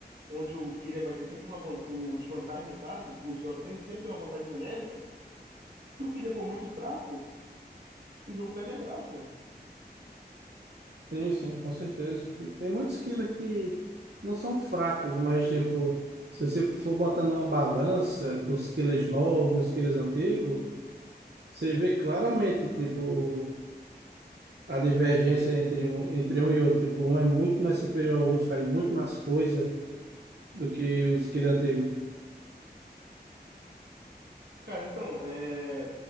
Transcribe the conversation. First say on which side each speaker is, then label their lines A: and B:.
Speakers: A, on the right; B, on the right.
A: onde o Killer vai ter sempre uma vantagem, o desvantagem no caso, o Suave tem, sempre tem uma vantagem numérica, se o Killer for muito fraco, o jogo perde a graça, né?
B: Sim, sim, com certeza. Tem, tem muitos quilos que não são fracos, mas tipo, se você for botar numa balança os quilos novos e os quilos antigos, você vê claramente, tipo, a divergência entre um, entre um e outro. Tipo, um é muito mais superior ao outro, faz muito mais coisa do que os quilos antigos.
A: Cara, então, é...